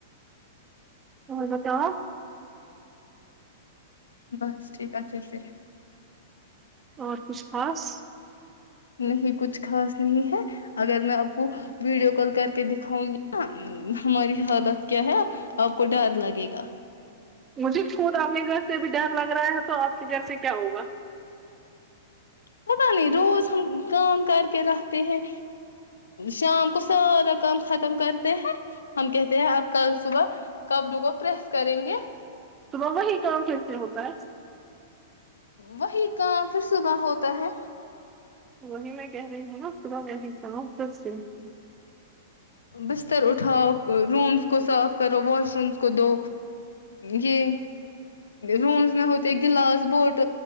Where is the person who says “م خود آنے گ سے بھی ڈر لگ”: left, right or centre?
Right